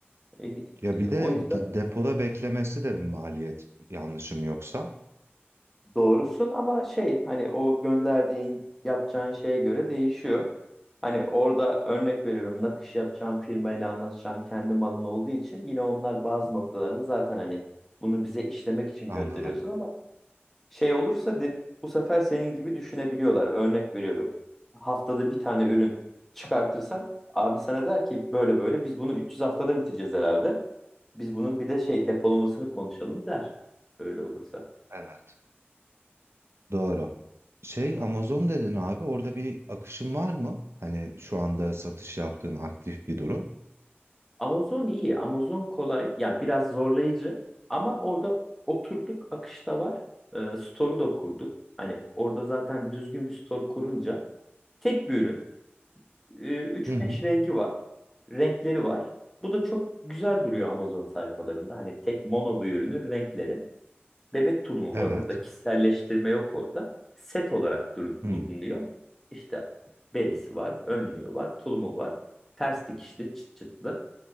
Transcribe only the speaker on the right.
Ya
bir de
de- depoda beklemesi de bir maliyet yanlışım yoksa.
Anladım.
Evet. Doğru. Şey Amazon dedin abi orada bir akışın var mı? Hani şu anda satış yaptığın aktif bir durum.
Hı hı.
Evet.
Hı.